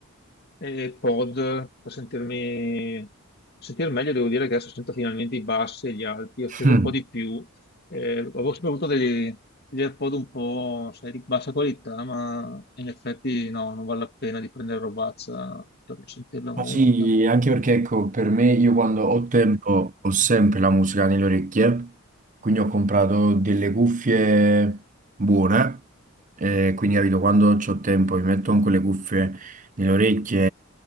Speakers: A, on the left; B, on the right.
A: eh, pod per sentirmi sentire meglio, devo dire che adesso sento finalmente i bassi e gli alti, ho speso
B: Mm.
A: un po' di più, eh, avevo sempre avuto degli, degli AirPod un po' sai, di bassa qualità, ma in effetti no, non vale la pena di prendere robazza per non sentire la
B: Ma
A: musica.
B: sì, anche perché ecco, per me io quando ho tempo ho sempre la musica nelle orecchie, quindi ho comprato delle cuffie buone, eh, quindi capito, quando ho tempo mi metto con quelle cuffie nelle orecchie,